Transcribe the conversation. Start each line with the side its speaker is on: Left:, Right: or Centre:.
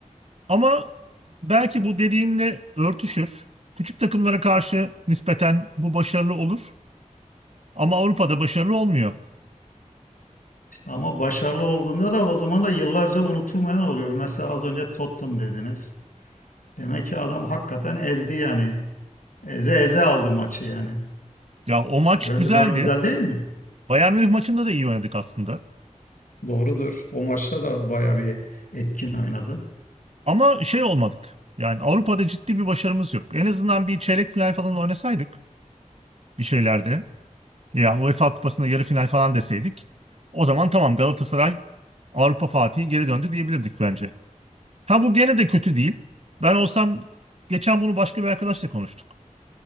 Right: Ama belki bu dediğinle örtüşür. Küçük takımlara karşı nispeten bu başarılı olur. Ama Avrupa'da başarılı olmuyor.
Left: Ama başarılı olduğunda da o zaman da yıllarca unutulmayan oluyor. Mesela az önce Tottenham dediniz. Demek ki adam hakikaten ezdi yani. Eze eze aldı maçı yani.
Right: Ya o maç
Left: Böyle
Right: güzeldi.
Left: daha güzel değil mi?
Right: Bayern Münih maçında da iyi oynadık aslında.
Left: Doğrudur. O maçta da bayağı bir etkin oynadı.
Right: Ama şey olmadık. Yani Avrupa'da ciddi bir başarımız yok. En azından bir çeyrek final falan oynasaydık bir şeylerde ya UEFA Kupası'nda yarı final falan deseydik o zaman tamam Galatasaray Avrupa Fatih'i geri döndü diyebilirdik bence. Ha bu gene de kötü değil. Ben olsam geçen bunu başka bir arkadaşla konuştuk.